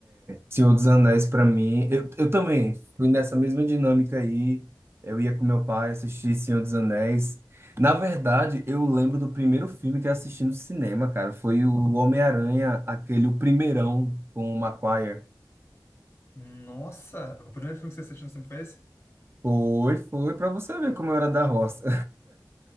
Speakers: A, on the right; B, on the left.
A: Senhor dos Anéis para mim, eu, eu também fui nessa mesma dinâmica aí. Eu ia com meu pai assistir Senhor dos Anéis. Na verdade, eu lembro do primeiro filme que eu assisti no cinema, cara. Foi o Homem-Aranha, aquele o primeirão com o Maguire.
B: Nossa, o primeiro filme que você assistiu no cinema foi esse?
A: Foi, foi, para você ver como eu era da roça.